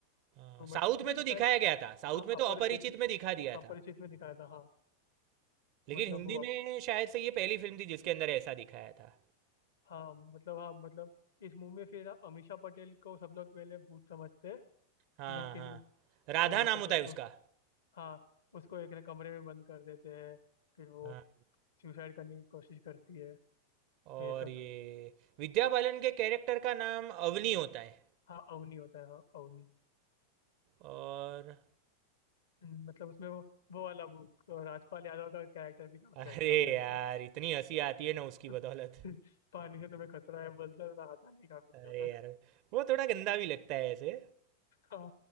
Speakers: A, on the left (about 60°); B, on the right (about 45°).
A: तो
B: हाँ, साउथ
A: मतलब नहीं
B: में तो दिखाया
A: शायद
B: गया था साउथ
A: हाँ
B: में तो
A: अपरिचित
B: अपरिचित
A: में
B: में दिखा दिया
A: अपरिचित
B: था
A: में दिखाया था हाँ
B: लेकिन
A: मतलब
B: हिंदी
A: वो
B: में
A: अप-
B: शायद से ये पहली फिल्म थी जिसके अंदर ऐसा दिखाया था
A: हाँ मतलब हाँ मतलब इस मूवी में फिर अमीषा पटेल को सब लोग पहले भूत समझते हैं
B: हाँ
A: लेकिन
B: हाँ राधा
A: वो होता
B: नाम
A: नहीं
B: होता
A: उसको
B: है उसका
A: हाँ उसको एक ना कमरे में बंद कर देते हैं फिर वो
B: हाँ
A: सुसाइड करने की कोशिश करती है तो
B: और
A: ये सब
B: ये विद्या बालन के कैरेक्टर का नाम अवनी होता है
A: हाँ अवनी होता है हाँ अवनी
B: और
A: हम्म, मतलब उसमें वो वो वाला वो अ, राजपाल यादव का कैरेक्टर भी काफी
B: अरे
A: अच्छा होता है
B: यार
A: इसमें
B: इतनी हंसी आती है ना उसकी
A: <laughs>
B: बदौलत
A: पानी से तुम्हें खतरा है बोलता है तो नहाता नहीं काफी
B: अरे
A: दिनों तक
B: यार वो थोड़ा गंदा भी लगता है ऐसे
A: हाँ